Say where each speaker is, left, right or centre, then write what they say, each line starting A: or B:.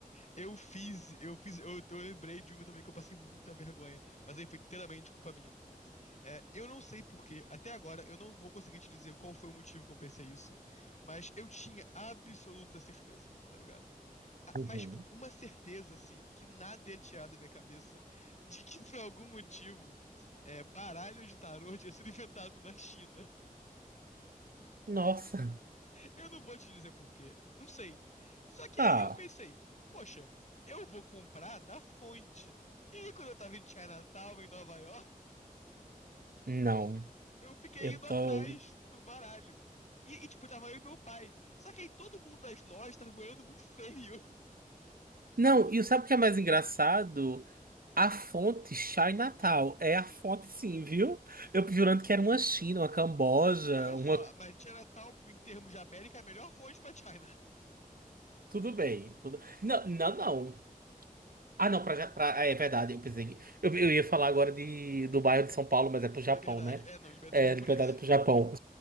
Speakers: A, on the left (about 50°); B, on the right (about 75°).
A: eu fiz, eu fiz, eu, eu lembrei de uma também que eu passei muita vergonha, mas aí foi inteiramente culpa minha. É, eu não sei por quê, até agora eu não vou conseguir te dizer qual foi o motivo que eu pensei isso, mas eu tinha absoluta certeza, tá ligado? Ah,
B: Uhum.
A: Mas, tipo, uma certeza, assim, que nada ia tirar da minha cabeça de que, por algum motivo, é, baralho de tarô tinha sido inventado na China.
B: Nossa.
A: Eu não vou te dizer por quê. Não sei. Só que
B: Ah,
A: aí eu pensei, poxa, eu vou comprar na fonte. E aí, quando eu tava em Chinatown, em Nova York,
B: não.
A: eu fiquei
B: Eu
A: indo
B: tô.
A: atrás do baralho. E, e, tipo, tava eu e meu pai. Só que aí todo mundo das lojas tava me olhando muito feio. <laughs>
B: Não, e sabe o que é mais engraçado? A fonte Chai Natal. É a fonte, sim, viu? Eu jurando que era uma China, uma Camboja,
A: Olha
B: uma.
A: só, mas Chinatown, em termos de América, é a melhor fonte pra China.
B: Tudo bem. tudo- Não, não, não. Ah, não, pra, Ja- pra... ah, é verdade, eu pensei. que- Eu, eu ia falar agora de... do bairro de São Paulo, mas é pro Japão,
A: Liberdade.
B: né?
A: É, não, liberdade
B: É,
A: é japonês.
B: de verdade, é pro
A: <laughs>
B: Japão.